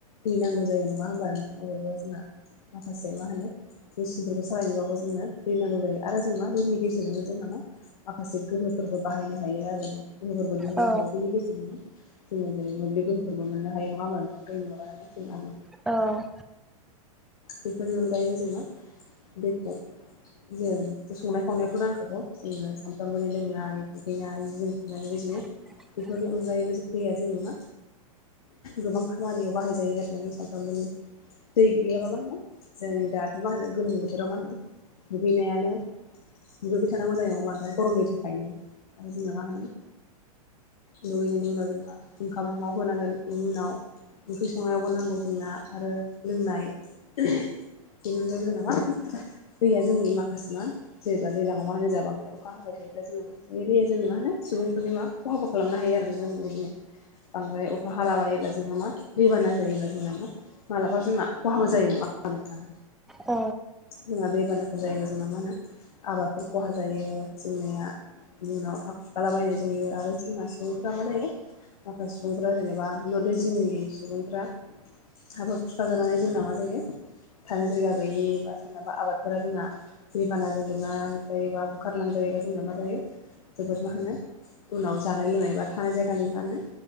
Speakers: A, on the left; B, in the centre.
A: दै नांगौ जायो नङा होमबा नोंथां अबेबा जोंहा माखासे मा होनो मेचिनफोरखौ सालायनोबाबो जोंनो दै नांगौ जायो आरो जों मा दैनि गेजेरजोंनो जोंहा मा माखासे गोहोफोरबो बाहायनो हायो आरोना गोहोफोरबो दिहुननो
B: औ
A: हायो बेनि गेजेरजोंनो जोङो जेरै मोब्लि गोहोफोरबो मोननो हायो नङा होनबा नोंथां दै माबानानै जोंहा
B: औ
A: बेफोरनि अनगायैबो जोंङो दैखौ जों संनाय खावनायावथ' नांखागौ जोङो सानफ्रामबोनि लोंनाय दुगैनाय जि जोम सुनाय बेबायदिनो
B: <inaudible>
A: बेफोरनि अनगायैबो जों दैया जोंनो मा गोबां खामानियाव बाहायजायो आरोना जों <unintelligible> <unintelligible> फ्रामबोनि दै गैयाबा मा होनो जों दाथ' मा होनो गोलोम बोथोराव मा होनो दुगैनायानो दुगैबाय थानांगौ जायो नङा होमबा नोथां गरमनि थाखायनो आरो जोंना मा होनो दुगैनायनि उनाव जों मा ओंखामाव होनांगोन इनि उनाव ओंख्रि संनायावबो नांगौ जोंना आरो लोंनाय बेनि अनगायैबो जोंना मा दैया जोंनि माखासे मा जेनेबा दैलाङाव मा होनो जाबा ओमफ्राय अखा हाबाय थायोब्ला जोङो मा बे दैया जों मा होनो सुबुंफोरनि माबा खहाबो खालामनो हायो आरो जोंनो बिदिनो बांद्राय अखा हालाबायोब्ला जों मा दैबाना जायोब्ला जोंना मा मालाबा जोंना खहाबो जायो नङा होनबा नोथां
B: औ
A: जोंहा दैबानाफोर जायोबा जोंना मा होनो आबादफोर खहा जायो जोंनाया बिनि उनाव हा खुरखालाबायनाय जायो आरो जोंना सुबुंफोरा मा जायो माखासे सुबुंफ्रा जेनेबा न दैै जोंनि सुबुंफ्रा हाबो खुरखाजानानै जोंना मा जायो थानो जायगा गैयि बा सोरनाबा आबादफोरा जोंना दै बानाजों लोमनाय जायोबा बुखारलांजायोबा जोंना मा जायो जोबोद मा होनो उनाव जानाय लोंनाय बा थानाय जायगानि मा होनो